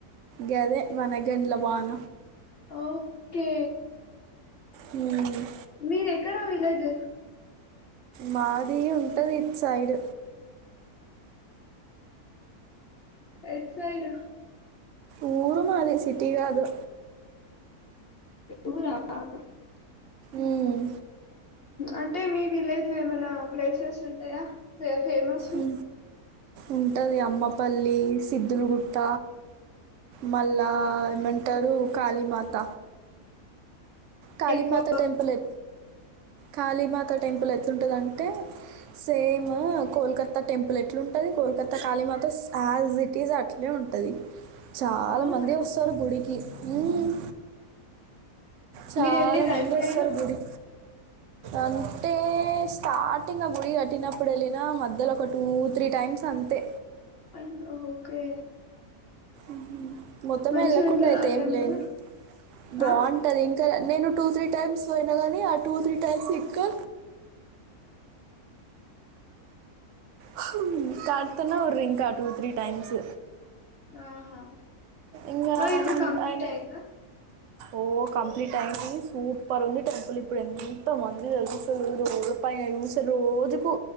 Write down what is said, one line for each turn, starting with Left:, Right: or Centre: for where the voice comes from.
Right: గదే వానగాండ్ల వాన
Left: ఓకే
Right: మ్
Left: మీది ఎక్కడా విలేజ్?
Right: మాది ఉంటది ఇటు సైడ్
Left: ఎటు సైడ్
Right: ఊర్ మాది సిటీ కాదు.
Left: ఊరా ఉహు ఆన్
Right: ఉమ్,
Left: అంటే మీ విలేజ్ లో ఏమైనా ప్లేసెస్ ఉంటాయా? ఫేమస్ వి
Right: ఉ ఉంటది అమ్మపల్లి, సిద్దులుగుట్ట. మళ్ళా ఏమంటారు కాళీమాత కాళీమతా
Left: ఎక్కువ
Right: టెంపల్ ఏ, కాళీమతా టెంపల్ ఎ ఎట్లుంటదంటే సేమ్ కోల్కత్తా టెంపుల్ ఎట్లుం టది కోల్కత్తా ఖాళీ మాత స్ యాజీ టీజ్ అట్లే ఉంటది. చాలా
Left: అవునా
Right: మంది వస్తారు గుడికి ఉమ్ చాలా
Left: మీరు వెళ్ళిర్రా
Right: మంది
Left: ఎప్పుడైనా
Right: వస్తారు గుడి అంటే స్టార్టింగ్ ఆ గుడి కట్టినప్పుడు వెళ్ళినా మధ్యలో ఒక టు త్రీ టైమ్స్ అంతే
Left: అండ్ ఓకే
Right: ఉహు మొత్తం
Left: మంచిగా
Right: వెళ్ళకుండా
Left: ఉంటదా
Right: అయితే
Left: ఆ
Right: ఏం
Left: టెంపుల్
Right: లేను బావుంటది
Left: ఆ
Right: ఇంకా నేను టూ త్రీ టైమ్స్ పోయిన కానీ, ఆ టూ త్రీ టైమ్స్ ఇంకా అహు కాట్తున్నా రింకా టూ త్రీ టైమ్స్
Left: ఆహా
Right: ఇంకా
Left: మ ఇప్పుడు
Right: ఆయన-
Left: కంప్లిట్
Right: ఆయన
Left: అయిందా
Right: ఓ కంప్లీట్ అయింది సూపర్ ఉంది టెంపుల్ ఇప్పుడు ఎంత మంది తెలుసిసలు రోడ్ ప స రోజుకు